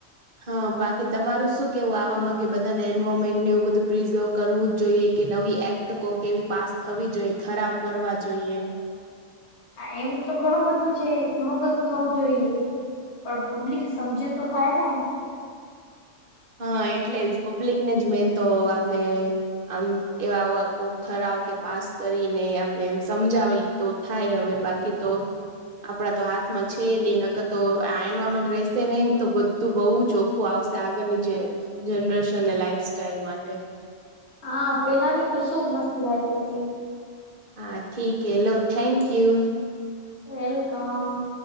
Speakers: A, on the right (about 45°); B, on the left (about 60°).
A: હા બાકી તમારું શું કેવું આવામાં કે બધાને એન્વાયરમેન્ટને એવું બધું પ્રિઝર્વ કરવું જ જોઈએ કે નવી એક નાકો કેવી પાસ થવી જોઈએ. ઠરાવ કરવા જોઈએ.
B: આ એમ તો ઘણું બધું છે. ઘણું બધું થવું જોઈએ. પણ પબ્લિક સમજે તો થાય ને
A: હા એટલે જ પબ્લિકને જ મેન તો આપને આમ એવા કોક ઠરાવ કે પાસ કરીને આપને સમજાવી તો થાય હવે બાકી તો આપડા તો હાથમાં છે નઈ નકતો એનમેન્ટ રહેશે નહી ને તો બધું બહુ જ ઓખ્ખું આવશે આ આગરની જે જનરેશન અને લાઈફ સાઈલ માટે
B: હા પેલા ની તો શું મસ્ત લાયફ હતી.
A: હા ઠીક હ લો થેન્કયુ.
B: વેલકમ.